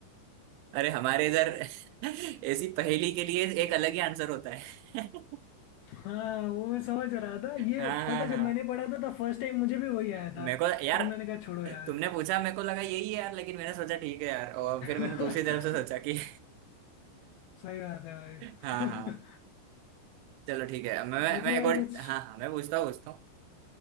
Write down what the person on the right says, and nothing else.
अरे हमारे इधर <laughs> ऐसी पहेली के लिए एक अलग ही आंसर होता है <laughs>
हाँ हाँ
हाँ
मेरे को यार
तुमने पूछा मेरे को लगा यही है यार लेकिन मैंने सोचा ठीक है यार और
फिर मैंने दूसरी तरफ से सोचा कि
<laughs> हाँ हाँ
चलो ठीक है मैं मैं
मैं एक
और
हाँ हाँ मैं पूछता हूँ पूछता हूँ